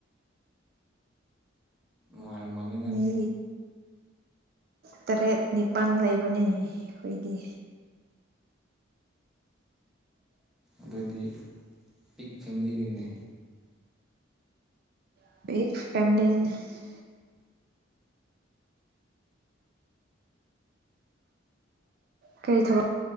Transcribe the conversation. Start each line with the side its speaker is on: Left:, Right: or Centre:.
Centre: ꯃꯣꯏꯔꯅꯤ
Right: ꯃꯤ ꯇꯔꯦꯠ ꯅꯤꯄꯥꯜ ꯂꯩꯕꯅꯦ ꯑꯩꯈꯣꯏꯒꯤ
Centre: ꯑꯗꯨꯗꯤ ꯄꯤꯛ ꯐꯦꯂꯤꯅꯤꯅꯦ
Right: <inaudible> ꯀꯔꯤ ꯊꯕꯛ